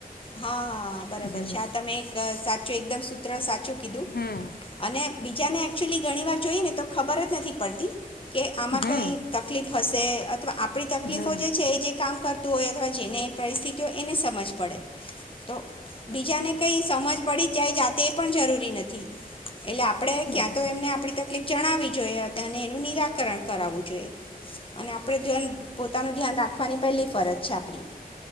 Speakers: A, on the left; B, on the left.
A: હા બરાબર
B: હા
A: છે આ તમે એક સાચ છે, એકદમ સૂત્ર સાથે ચુ કીધું
B: હા
A: અને બીજા ને એકચુઅલી ઘણી વાર જોઈએ ને તો ખબર જ નથી પડતી કે આમાં
B: હા
A: કઈ તકલીફ હસે અથવા આપ આપણી તકલીફો
B: હા
A: જે છે, એ જે કામ કરતું હોય, અથવા જેને પરિસ્થિતિ તો એને સમજ પડે તો બીજાને કંઈ સમજ પડી જાય જાતે એ પણ જરૂરી નથી. એટલે આપડે
B: બરાબર
A: ક્યાં તો એમને આપડી તક તકલીફ જણાવવી જોઈએ, અને એનું નિરાકરણ કરાવવું જોઈએ, અને આપડે જન પોતાનું ધ્યાન રાખવાની પહેલી ફરજ છે, આપડી.